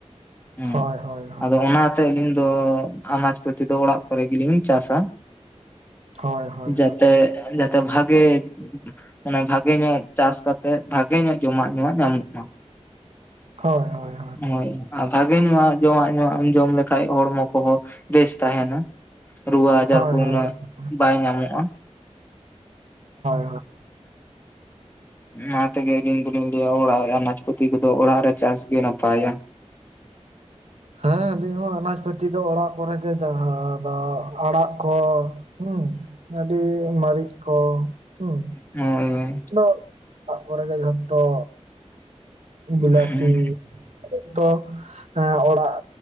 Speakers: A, on the left (about 15°); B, on the right (about 70°).
A: ᱦᱮᱸ
B: ᱦᱳᱭ ᱦᱳᱭ ᱦᱳᱭ ᱦᱳᱭ
A: ᱟᱫᱚ ᱚᱱᱟᱛᱮ ᱟᱹᱞᱤᱧ ᱫᱚ ᱟᱱᱟᱡ ᱯᱟᱹᱛᱤ ᱫᱚ ᱚᱲᱟᱜ ᱠᱚᱨᱮ ᱜᱮᱞᱤᱧ ᱪᱟᱥᱟ
B: ᱦᱳᱭ ᱦᱳᱭ ᱦᱳᱭ
A: ᱡᱟᱛᱮ ᱡᱟᱛᱮ ᱵᱷᱟᱜᱮ ᱢᱟᱱᱮ ᱵᱷᱟᱜᱮ ᱧᱚᱜ ᱪᱟᱥ ᱠᱟᱛᱮᱜ ᱵᱷᱟᱜᱮ ᱧᱚᱜ ᱡᱚᱢᱟᱜ ᱧᱩᱣᱟᱜ ᱧᱟᱢᱚᱜᱼᱢᱟ
B: ᱦᱳᱭ ᱦᱳᱭ
A: ᱦᱳᱭ ᱟᱨ ᱵᱷᱟᱜᱮᱧ ᱡᱚᱢᱟᱜ ᱧᱩᱣᱟᱜ ᱮᱢ ᱡᱚᱢ ᱞᱮᱠᱟᱱ ᱦᱚᱲᱢᱚ ᱠᱚᱦᱚᱸ ᱵᱮᱥ ᱛᱟᱦᱮᱱᱟ ᱨᱩᱣᱟᱹ ᱟᱡᱟᱨ
B: ᱦᱳᱭ
A: ᱠᱚ
B: ᱦᱳᱭ
A: ᱩᱱᱟᱹᱜ ᱵᱟᱭ ᱧᱟᱢᱚᱜᱼᱟ ᱦᱩᱸ
B: ᱦᱳᱭ
A: ᱢᱟ ᱛᱚᱵᱮ ᱟᱞᱤᱧ ᱫᱚᱞᱤᱧ ᱞᱟᱹᱭ ᱟ ᱟᱱᱟᱪ ᱯᱟᱛᱤ ᱠᱚᱫᱚ ᱚᱲᱟᱜ ᱨᱮ ᱪᱟᱥ ᱜᱮ ᱱᱟᱯᱟᱭᱟ
B: ᱦᱮᱸ ᱟᱹᱞᱤᱧ ᱦᱚᱸ ᱟᱱᱟᱡ ᱯᱟᱹᱛᱤ ᱫᱚ ᱚᱲᱟᱜ ᱠᱚᱨᱮ ᱜᱮ ᱡᱟᱦᱟᱸ ᱫᱚ ᱟᱲᱟᱜ ᱠᱚ ᱦᱩᱸ ᱟᱹᱰᱤ ᱢᱟᱹᱨᱤᱪ ᱠᱚ ᱦᱩᱸ
A: ᱦᱳᱭ
B: ᱫᱚ ᱚᱲᱟᱜ ᱠᱚᱨᱮ ᱜᱮ ᱡᱚᱛᱷᱚ ᱵᱤᱞᱟᱛᱤ
A: ᱦᱩᱸ
B: ᱛᱚ ᱚᱲᱟᱜ